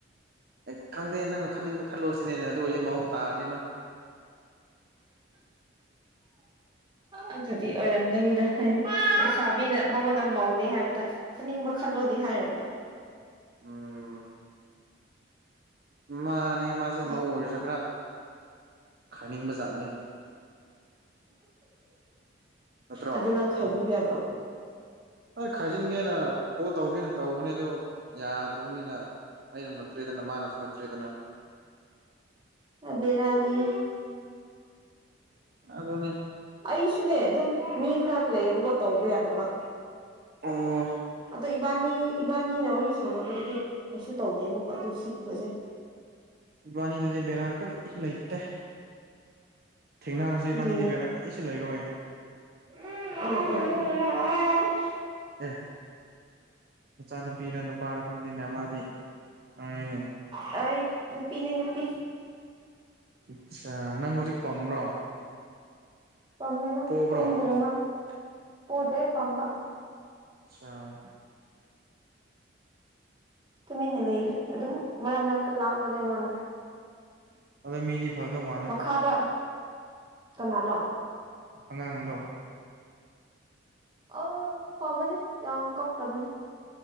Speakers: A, on the right; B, on the right.
A: ꯎ ꯈꯪꯗꯦ ꯅꯪ ꯈꯟꯅꯤꯡꯕ ꯈꯜꯂꯣꯁꯤꯅꯦ ꯑꯗꯨ ꯑꯣꯏꯔꯗꯤ ꯃꯧ ꯇꯥꯔꯅꯤ ꯃꯥ
B: ꯑꯗꯨꯗꯤ ꯑꯣꯏꯔꯝꯒꯅꯤꯗ ꯍꯥꯏꯗꯤ ꯂꯩꯁꯥꯕꯤꯅ ꯃꯉꯣꯟꯗ ꯃꯧꯅꯦ ꯍꯥꯏꯕꯗ ꯈꯅꯤꯡꯕ ꯈꯜꯂꯣꯗꯤ ꯍꯥꯏꯔꯣꯏꯕ
A: ꯎꯝ ꯃꯥꯅꯦ ꯃꯥꯁꯦ
B: ꯃꯥ
A: ꯃꯧ ꯑꯣꯏꯔꯁꯨ ꯈꯔ ꯈꯥꯏꯅꯤꯡꯕ ꯖꯥꯠꯅꯦ꯫ ꯅꯠꯇ꯭ꯔꯣ
B: ꯑꯗꯨ ꯅꯪ ꯈꯥꯏꯕꯤꯕ ꯌꯥꯗ꯭ꯔꯣ
A: ꯅꯪ ꯈꯥꯏꯖꯤꯟꯒꯦꯅ ꯀꯣꯜ ꯇꯧꯒꯦꯅ ꯇꯧꯕꯅꯦ ꯑꯗꯣ ꯌꯥꯗ꯭ꯔꯕꯅꯤꯅ ꯑꯩꯅ ꯅꯠꯇ꯭ꯔꯦꯗꯅ ꯃꯥꯅꯁꯨ ꯅꯠꯇ꯭ꯔꯦꯗꯅ꯫
B: ꯕꯤꯔꯥꯅꯤꯍꯦ꯫
A: ꯑꯗꯨꯅꯦ꯫
B: ꯑꯩꯁꯨꯅꯦ ꯑꯗꯨꯝ ꯃꯤ ꯈꯔ ꯂꯩꯌꯦꯕꯀꯣ ꯇꯧꯕ ꯌꯥꯗꯕ
A: ꯑꯣ
B: ꯑꯗꯣ ꯏꯕꯥꯅꯤ ꯏꯕꯥꯅꯤꯅ ꯋꯥꯔꯤ ꯁꯥꯟꯅꯕꯗꯨꯗꯤ ꯀꯩꯁꯨ ꯇꯧꯗꯦ ꯑꯃꯨꯛ ꯑꯗꯨ ꯁꯤꯒꯨꯝꯕꯁꯦ꯫
A: ꯏꯕꯥꯅꯤꯗꯗꯤ ꯕꯦꯔꯥ ꯀꯔꯤꯁꯨ ꯂꯩꯇꯦ꯫ ꯊꯦꯡꯅꯍꯡꯔꯁꯨ ꯏꯕꯥꯅꯤꯗꯤ
B: ꯑꯗꯨꯅꯦ
A: ꯕꯦꯔꯥ ꯀꯔꯤꯁꯨ ꯂꯩꯔꯣꯏ꯫
B: <inaudible>
A: ꯑꯦ ꯃꯆꯥꯅꯨꯄꯤꯔ ꯅꯨꯄꯥꯔ ꯈꯪꯗꯦꯅꯦ ꯃꯥꯗꯤ ꯉꯥꯡꯉꯤꯅꯦ꯫
B: ꯑꯩ ꯅꯨꯄꯤꯅꯦ ꯅꯨꯄꯤ꯫
A: ꯑꯆꯥ ꯅꯪ ꯍꯧꯖꯤꯛ ꯄꯝꯕ꯭ꯔꯣ꯫
B: ꯄꯝꯃꯦꯒ
A: ꯄꯣꯕ꯭ꯔꯣ
B: ꯇꯨꯝꯗ꯭ꯔꯤꯃ ꯄꫭꯗꯦ ꯄꯝꯕ꯫
A: ꯑꯆꯥ
B: ꯇꯨꯃꯤꯟꯅ ꯂꯩꯒꯦ ꯑꯗꯨꯝ ꯃꯔꯛ ꯃꯔꯛꯇ ꯂꯥꯡꯕꯅꯦ ꯃꯥꯅ
A: ꯑꯗꯣ ꯃꯤꯗꯤ ꯐꯗꯧ ꯃꯥꯜꯂꯦ
B: ꯃꯈꯥꯗ ꯀꯅꯥꯅꯣ
A: ꯑꯉꯥꯡꯗꯣ
B: ꯑꯣ ꯍꯡꯐꯕꯅꯦ ꯌꯥꯝ ꯀꯞ ꯇꯕꯅꯦ꯫